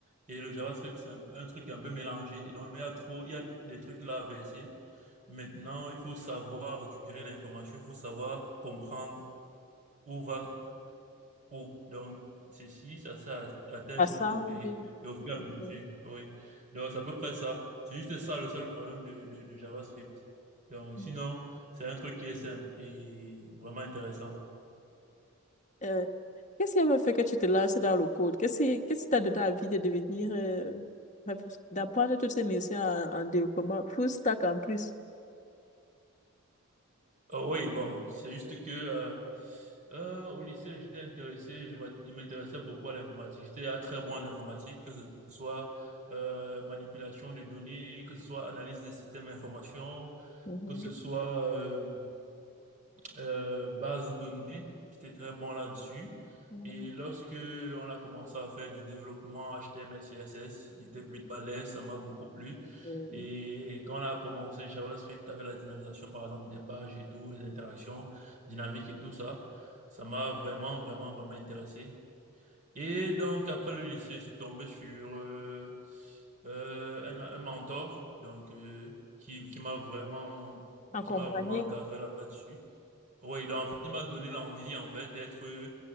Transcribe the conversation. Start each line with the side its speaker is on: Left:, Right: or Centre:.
Right: Et le JavaScript, c'est un, un truc un peu mélangé. Et donc, il y a trop, il y a des trucs là à verser. Maintenant, il faut savoir récupérer l'information, il faut savoir comprendre où va Oh, donc, ceci, ça, ça, à telle
Left: À
Right: chose,
Left: ça,
Right: oh,
Left: oui.
Right: et, et au fur et à
Left: oui,
Right: mesure, oui. Donc, c'est à peu près ça. C'est juste ça le seul problème de, de, de JavaScript. Donc,
Left: oui.
Right: sinon, c'est un truc qui est simple et vraiment intéressant.
Left: Euh, qu'est-ce qui avait fait que tu te lances dans le code? Qu'est-ce qui qu'est-ce qui t'a donné envie de devenir, euh, d'apprendre toutes ces notions en, en développement, full stack en plus?
Right: Oh, oui, bon, c'est juste que euh, euh, au lycée, j'étais intéressé, je, m'a- je m'intéressais beaucoup à l'informatique. J'étais euh, très bon en informatique, que ce soit euh, manipulation de données, que ce soit analyse des systèmes d'information,
Left: Mhm.
Right: que ce soit euh, euh, base de données. J'étais très bon là-dessus.
Left: Mhm.
Right: Et lorsque on a commencé à faire du développement HTML, CSS, j'étais plutôt à l'aise, ça m'a beaucoup plu.
Left: Euh,
Right: Et quand on a commencé JavaScript avec la dynamisation, par exemple, des pages et tout, les interactions dynamiques et tout ça, ça m'a vraiment, vraiment, vraiment intéressé. Et donc, après le lycée, je suis tombé sur euh, euh, un, un mentor donc, euh, qui, qui m'a vraiment,
Left: Accompagné,
Right: qui m'a vraiment encadré là-dessus. Oui, donc en fait, il m'a donné l'envie en fait d'être